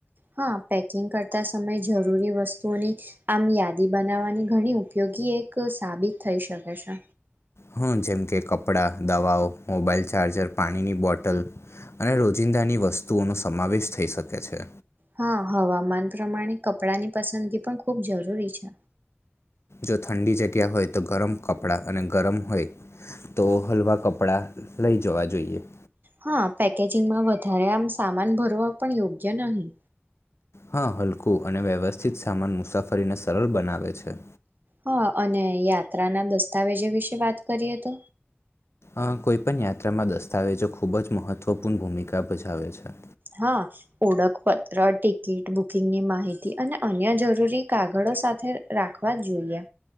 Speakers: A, on the right; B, on the left.
A: હા, પેકિંગ કરતા સમયે જરૂરી વસ્તુઓની આમ યાદી બનાવવાની ઘણી ઉપયોગી એક સાબિત થઈ શકે છે.
B: હમ્મ, જેમ કે કપડા, દવાઓ, મોબાઈલ ચાર્જર, પાણીની બોટલ અને રોજિંદાની વસ્તુઓનો સમાવેશ થઈ શકે છે.
A: હા, હવામાન પ્રમાણે કપ ડાની પસંદગી પણ ખૂબ જરૂરી છે.
B: જો ઠંડી જગ્યા હોય તો ગરમ કપડા અને ગરમ હોય તો હલવા કપડા લઈ જવા જોઈએ.
A: હા, પેકેજિંગમાં વધારે આમ સામાન ભરવા પણ યોગ્ય નહી.
B: હા, હલકું અને વ્યવસ્થિત સામાન મુસાફરીને સરલ બનાવે છે.
A: હા અને યાત્રાના દસ્તાવેજો વિશે વાત કરીએ તો
B: અ કોઈ પણ યાત્રામાં દસ્તાવેજો ખુબ જ મહત્વપૂર્ણ ભૂમિકા ભજાવે છે
A: હા ઓળખપત્ર ટિકિટ બુકિંગ ની માહિ તી અને અન્ય જરૂરી કાગળો સાથે રાખવા જ જોઈએ